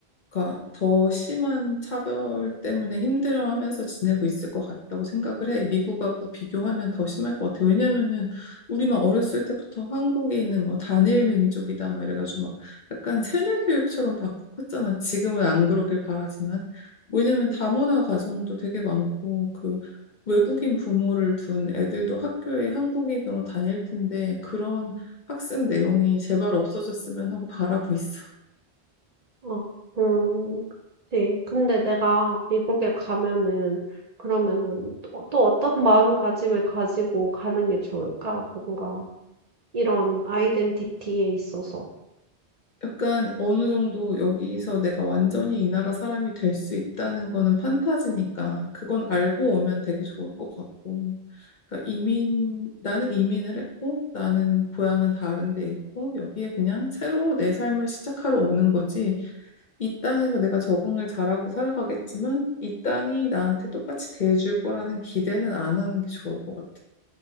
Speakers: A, on the left; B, on the right.
A: 그러니까 더 심한 차별 때문에 힘들어하면서 지내고 있을 것 같다고 생각을 해. 미국하고 비교하면 더 심할 것 같아. 왜냐면은 우리만 어렸을 때부터 한국에 있는 뭐 단일 민족이다 막 이래가지고 막 약간 세뇌 교육처럼 받고 컸잖아. 지금은 안 그러길 바라지만. 왜냐면
B: 음.
A: 다문화 가정도 되게 많고 그 외국인 부모를 둔 애들도 학교에 한국인으로 다닐 텐데 그런 학습 내용이 제발 없어졌으면 하고 바라고 있어.
B: 어. 음. 네. 근데 내가 미국에 가면은 그러면은 또, 또 어떤 마음가짐을 가지고 가는 게 좋을까? 뭔가 이런 아이덴티티에 있어서.
A: 약간 어느 정도 여기서 내가 완전히 이 나라 사람이 될 수 있다는 거는 판타지니까 그건 알고 오면 되게 좋을 것 같고. 그러니까 이민, 나는 이민을 했고 나는 고향은 다른 데 있고 여기에 그냥 새로 내 삶을 시작하러 오는 거지. 이 땅에서 내가 적응을 잘하고 살아가겠지만 이 땅이 나한테 똑같이 대해줄 거라는 기대는 안 하는 게 좋을 것 같아.